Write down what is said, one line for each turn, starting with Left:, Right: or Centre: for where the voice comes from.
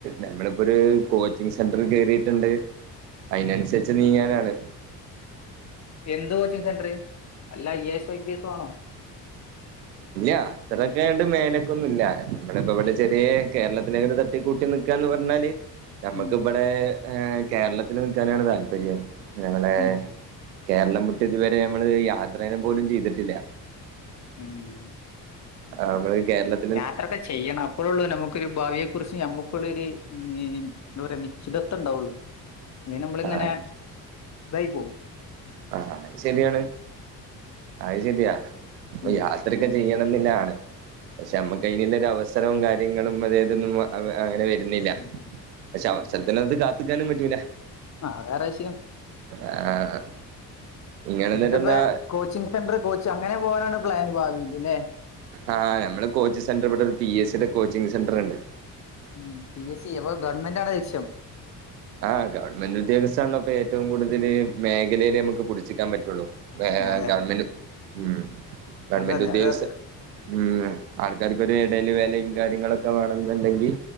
Right: നമ്മള് പ്പൊരു കോച്ചിങ് സെന്ററിൽ കേറിട്ട്ണ്ട് അയിനൻസരിച്ച് നീങ്ങാനാണ്
Left: എന്ത് കോച്ചിങ്ങ് സെന്റർ വല്ല I A S I P എസ്സോ ആണോ
Right: ഇല്ല അത്രൊക്കെന്ന് മേലേക്കൊന്നും ഇല്ല നമ്മള ഇപ്പ ഇവിടെ ചെറിയ കേരളത്തി പിന്നെയങ്ങനെ തട്ടിക്കൂട്ടി നിക്കാന്ന് പറഞ്ഞാല് നമ്മക്കിവടെ
Left: ഉം.
Right: ഏ കേരളത്തില് നിൽക്കാനാണ് താല്പര്യം ഞങ്ങളെ
Left: ഉം.
Right: കേരളം വിട്ട് ഇതുവരെ നമ്മള് യാത്രേനം പോലും ചെയ്തിട്ടില്ല
Left: ഉം
Right: ആ നമ്മളീ കേരളത്തി
Left: യാത്രൊക്കെ ചെയ്യണം അപ്പോയേള്ളൂ നമുക്കൊരു ഭാവിയെ കുറിച്ച് നമുക്കുള്ളൊരു ന്താ പറയാ നിശ്ചിതത്വംണ്ടാവുള്ളു പിന്നെ നമ്മളിങ്ങനെ
Right: ആ
Left: തായി പോവും
Right: ഹാ ഹാ അത് ശെരിയാണ് അയ് ശരിയാ
Left: ഉം.
Right: യാത്രക്കെ ചെയ്യണം എന്നില്ലാണ്. പക്ഷെ നമ്മുക്ക്
Left: ഉം.
Right: അതിനുള്ളരവസ്ഥ ത്തരം കാര്യങ്ങളും അതേതൊന്നും അങ്ങനെ വരുന്നില്ല
Left: ഉം.
Right: പക്ഷെ അവസരത്തിനൊത്ത് കാത്ത്ക്കാനും പറ്റൂല
Left: ആഹ് വേറെ വിഷയം
Right: ആഹ് ഇങ്ങളെന്നിട്ടെന്താ
Left: എന്നിട്ടിപ്പ കോച്ചിങ് സെന്റർ കോച്ച് അങ്ങനെ പോകാനാണ് പ്ലാൻ ഭാവിയില് ല്ലേ
Right: ആഹ് നമ്മള് കോച്ചിങ് സെന്ററ് പി എസ് സിയുടെ കോച്ചിംഗ് സെന്റ ർ ണ്ട്
Left: ഉം പി എസ് സി അപ്പൊ ഗവൺമെന്റാണോ ലക്ഷ്യം
Right: ആഹ് ഗവൺമെന്റ് ഉദ്യോഗസ്ഥാണല്ലോ പ്പ ഏറ്റവും കൂടുതൽ മേഖലയില് നമുക്ക് പിടിച്ചിക്കാൻ പറ്റുള്ളൂ വേറെ
Left: അതെ
Right: ഗവൺമെന്റ്
Left: അതെ
Right: ഉം ഗവൺമെന്റ്
Left: അതെ അതെ
Right: ഉദ്യോഗസ്ഥ
Left: അതെ അതെ
Right: ഉം ആൾക്കാര് ക്കൊരു എടേല് വെലയും കാര്യങ്ങളൊക്കെ വേണെന്നുണ്ടെങ്കിൽ